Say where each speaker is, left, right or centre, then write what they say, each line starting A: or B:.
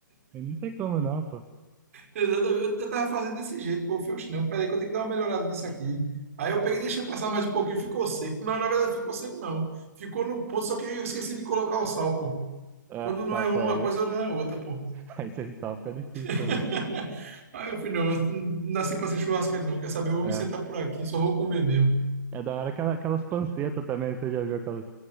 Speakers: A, on the right; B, on the right.
A: aí não tem como não, pô.
B: exatamente, eu, eu tava fazendo desse jeito, pô, eu falei, oxe, não, peraí que eu tenho que dar uma melhorada nisso aqui. Aí eu peguei, e deixei passar mais um pouquinho, ficou seco. Não, na verdade, ficou seco, não. Ficou no ponto, só que eu esqueci de colocar o sal, pô.
A: É,
B: Quando não
A: tá,
B: é
A: pô,
B: uma
A: aí,
B: coisa, não é outra, pô.
A: <laughs> aí sem sal fica difícil
B: <laughs>
A: também.
B: Aí eu falei, não, eu não nasci pra ser churrasqueiro, não. Quer saber? Eu vou
A: É,
B: me sentar por aqui, só vou comer mesmo.
A: é da hora aquela, aquelas pancetas também, você já viu aquelas,